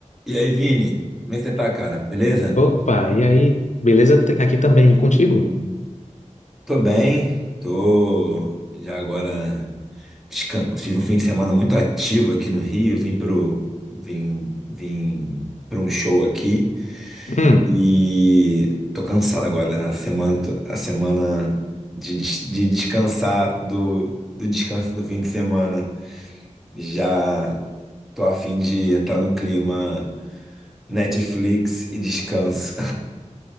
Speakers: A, in the centre; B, on the left.
A: E aí, Vini, como é que você tá, cara? Beleza?
B: Opa, e aí? Beleza Tem- aqui também, e contigo?
A: Tô bem, tô já agora. descan- Tive um fim de semana muito ativo aqui no Rio, vim pro. Vim, vim pra um show aqui
B: Hum.
A: e tô cansado agora. A semana, a semana de, des- de descansar do, do descanso do fim de semana. Já tô a fim de entrar no clima Netflix e descanso.